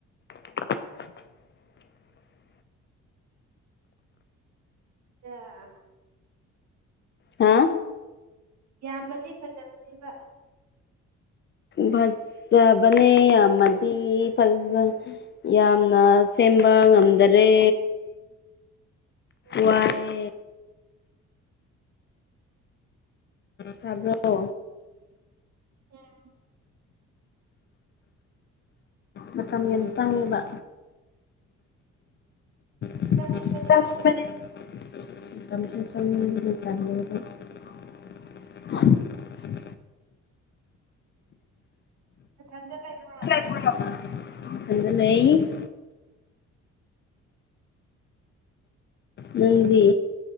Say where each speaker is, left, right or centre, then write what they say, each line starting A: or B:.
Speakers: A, on the left; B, on the right.
A: <inaudible>
B: ꯗ
A: ꯍꯥꯥ
B: ꯌꯥꯝꯃꯗꯤ ꯐꯖꯒꯗꯣꯏꯕ
A: ꯐꯖꯕꯅꯦ ꯌꯥꯝꯃꯗꯤ ꯐ ꯌꯥꯝꯅ ꯁꯦꯝꯕ ꯉꯝꯗꯔꯦ
B: ꯎꯝ
A: ꯋꯥꯏ ꯇꯥꯕ꯭ꯔꯣ
B: ꯎꯝ
A: ꯃꯇꯝ ꯌꯥꯝ ꯆꯪꯉꯦꯕ <unintelligible>
B: ꯆꯪꯕꯅꯦ
A: <inaudible>
B: ꯅꯊꯟꯗ ꯂꯩꯕ꯭ꯔꯣ
A: ꯏꯊꯟꯗ ꯂꯩ ꯅꯪꯗꯤ